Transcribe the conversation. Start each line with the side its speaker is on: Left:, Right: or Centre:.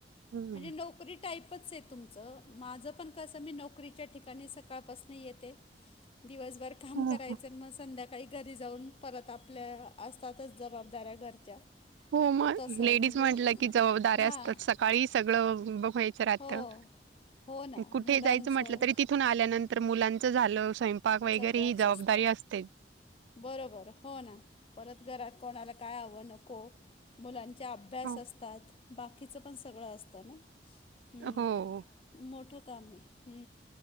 Right: हम्म.
Left: म्हणजे नोक करी टाईपच आहे तुमचं माझं पण कसं मी नोकरीच्या ठिकाणी सकाळपासूनं येते. दिवसभर काम
Right: हो
Left: करायच
Right: हो
Left: म संध्या काळी घरी जाऊन परत आपल्या असतातच जबाबदाऱ्या घरच्या.
Right: हो मग
Left: तसं
Right: लेडीज
Left: म्हणजे
Right: म्हटलं की जबाबदऱ्या
Left: हां
Right: असताच सकाळी सगळं बघवायचं राहतं
Left: हो हो ना
Right: कुठेही
Left: मुलांचं
Right: जायचं म्हटलं तरी तिथून आल्यानंतर मुलां चा झालं स्वयंपाक वगैरे
Left: सगळंच
Right: ही जबाबदारी
Left: असतं
Right: असते.
Left: बरोबर हो ना परत घरात कोणाला काय हवं नको मुलां च्या अभ्यास
Right: हो.
Left: असतात बाकीचं पण सगळं असतं ना हम्म.
Right: हो
Left: मोठं काम आहे